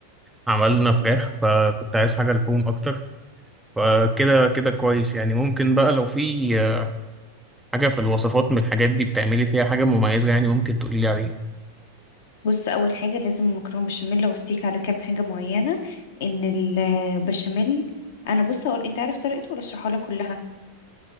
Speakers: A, in the centre; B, on the left.
A: عملنا فراخ فكنت عايز حاجة لحوم أكتر فكده كده كويس يعني ممكن بقى لو في آه، حاجة في الوصفات من الحاجات دي بتعملي فيها حاجة مميزة يعني ممكن تقولي لي عليها
B: بص اول حاجه لازم المكرونه بشاميل اوصيك على كام حاجه معينه ان البشاميل انا بص هقول انت عارف طريقته ولا اشرحها لك كلها